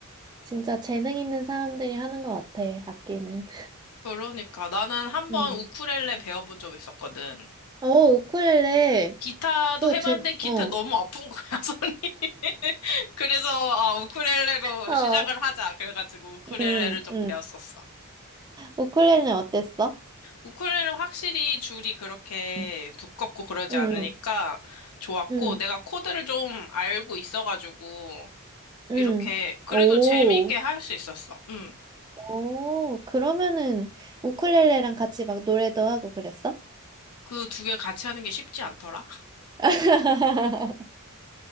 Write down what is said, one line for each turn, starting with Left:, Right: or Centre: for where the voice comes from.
Right: 진짜 재능 있는 사람들이 하는 것 같아, 악기는.
Left: 그러니까 나는 한
Right: 음.
Left: 번 우쿨렐레 배워본 적 있었거든.
Right: 어, 우쿨렐레.
Left: 기타도
Right: 그거
Left: 해봤는데
Right: 재,
Left: 기타
Right: 어.
Left: 너무 아픈 거야, <laughs> 손이. 그래서 아, 우쿨렐레로
Right: 어,
Left: 시작을 하자. 그래가지고 우쿨렐레를
Right: 음,
Left: 좀
Right: 음.
Left: 배웠었어.
Right: 우쿨렐레는 어땠어?
Left: 우쿨렐레는 확실히 줄이 그렇게
Right: 음,
Left: 두껍고 그러지
Right: 음,
Left: 않으니까 좋았고
Right: 음,
Left: 내가 코드를 좀 알고 있어가지고
Right: 음.
Left: 이렇게 그래도
Right: 오,
Left: 재미있게 할 수 있었어. 음.
Right: 오. 그러면은 우쿨렐레랑 같이 막 노래도 하고 그랬어?
Left: 그 두 개 같이 하는 게 쉽지 않더라.
Right: <laughs>